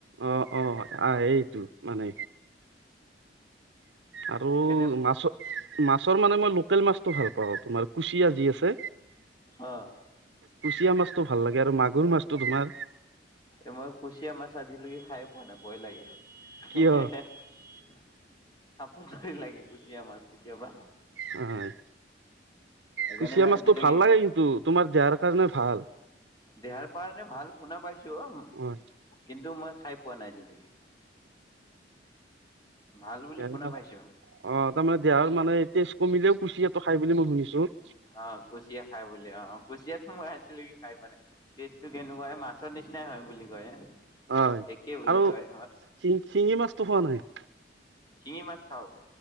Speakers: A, on the right (about 80°); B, on the left (about 20°).
A: অ অ আহ এইটো মানে আৰু
B: সেইকাৰণে
A: মাছ মাছৰ মানে মই লোকেল মাছতটো ভাল পাওঁ তোমাৰ কুচিয়া যি আছে
B: অ'
A: কুচিয়া মাছটো ভাল লাগে আৰু মাগুৰ মাছটো তোমাৰ
B: এ মই কুচিয়া মাছ আজিলৈকে খাই পোৱা নাই ভয় লাগে <unintelligible>
A: কিয়
B: সাপটো ধৰি লাগে কুচিয়া মাছ কেতিয়াবা
A: হয়
B: সেইকাৰণে
A: কুচিয়া
B: মই আাজিলৈকে
A: মাছটো ভাল লাগে কিন্তু তোমাৰ দেহাৰ কাৰণে ভাল
B: দেহাৰ পৰাণে ভাল শুনা পাইছো অ
A: হয়
B: কিন্তু মই খাই পোৱা নাই জিন দেগি ভাল বুলি
A: দেহতাৰমানে
B: শুনা পাইছো
A: দেহাৰ মানে তেজ কমিলেও কুচি এটো খাই বুলি মই শুনিছো
B: অ কুচিয়া খাই বুলি অ অ কুচিয়াতো মই আছিলো কি খাই পোৱা নাই টেষ্টটো কেনেকুৱাই মাছ মাছৰ নিচিনাই হয় বুলি কয়
A: হয়
B: একেই বুলি
A: আৰু
B: কয়
A: শিঙি মাছটো খোৱা নাই
B: শিঙি মাছ খাওঁ